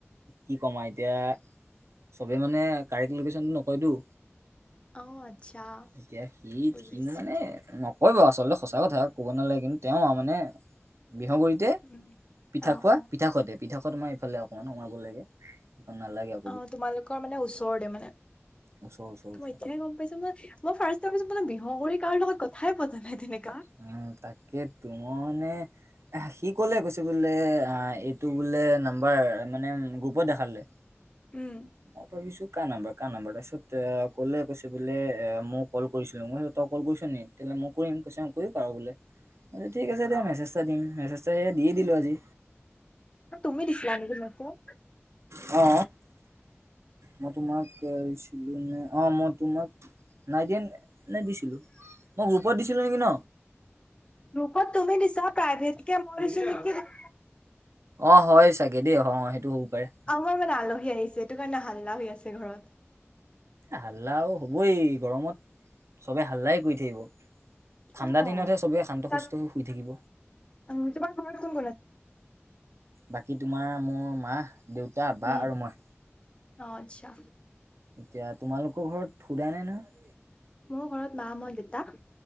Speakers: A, on the right; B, on the left.
A: কি কম আৰু এতিয়া চবে মানে কাৰেক্ট লোকেশ্যনটো নকয়তো।
B: অ আচ্ছা
A: এতিয়া সি-সি
B: বুজিছো
A: মানে হয় বাৰু, আচলতে সঁচা কথা ক'ব নালাগে কিন্তু তেওঁ মানে বিহগুৰিতহে।
B: উম
A: পিঠা
B: অ
A: খোৱা,
B: অ
A: <unintelligible> আমাৰ এইফালে অকণমান সোমাব লাগে, <unintelligible> নালাগে আৰু।
B: অ' তোমালোকৰ মানে ওচৰতে মানে,
A: ওচৰ ওচৰ ওচৰ
B: মই এতিয়াহে গম পাইছোঁ। মই মই ফাৰ্ষ্টে ভাবিছো বিহগুৰি কাৰ লগত কথাই পতা নাই তেনেকা।
A: উম তাকে তো মই মানে। সি ক'লে কৈছে বোলে এইটো বোলে নাম্বাৰ মানে গ্ৰুপত দেখালে।
B: উম।
A: মই ভাবিছো কাৰ নম্বৰ কাৰ নম্বৰ তাৰপিছত কলে কৈছে বোলে মই কল কৰিছিলো মই। তই অকল কৈছ নেকি তেতিয়াহলে মই কৰিম কৈ কৰিব পাৰিম আৰু বোলে। ঠিক আছে দিয়া
B: অ
A: মেছেটা দিম মেছেজটা দিয়ে দিলো আজি।
B: তুমি দিছিলা নেকি মেচেজ।
A: অ। মই তোমাক কৈছিলো নে অ মই তোমাক। নাই দিয়া নে দিছিলো মই গ্ৰুপত দিছিলো নেকি ন।
B: গ্ৰুপত তুমি দিছা প্ৰাইভেট কে মই দিছিলো। <inaudible>
A: অ হয় চাগে দেই অ সেইটো হ'ব পাৰে।
B: আমাৰ মানে আলহী আহিছে এইটো কাৰণে হাল্লা হৈ আছে ঘৰত।
A: হাল্লাও হ'বই গৰমত। সবে হাল্লাই কৰি থাকিব ঠাণ্ডা
B: অ',
A: দিনতহে সবেই শান্ত
B: তাত
A: সুস্থ হৈ শুই থাকিব।
B: উম তোমাৰ ঘৰতো। <inaudible>
A: বাকী তোমাৰ মোৰ মা দেউতা বা
B: উম,
A: আৰু মই।
B: অ আচ্ছা।
A: এতিয়া তোমালোকৰ ঘৰত সুদাই নাই নহয়।
B: মোৰ ঘৰত মা মই দেউতা।